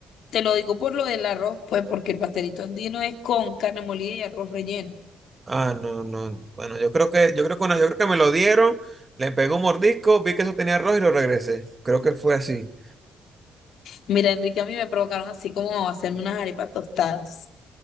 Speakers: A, on the left; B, on the right.
A: Te lo digo por lo del arroz, pues, porque el pastelito andino es con carne molida y arroz relleno.
B: Ah, no, no, bueno, yo creo que, yo creo que, no, yo creo que me lo dieron, le pegué un mordisco, vi que eso tenía arroz y lo regresé. Creo que fue así.
A: Mira, Enrique, a mí me provocaron así como hacerme unas arepas tostadas.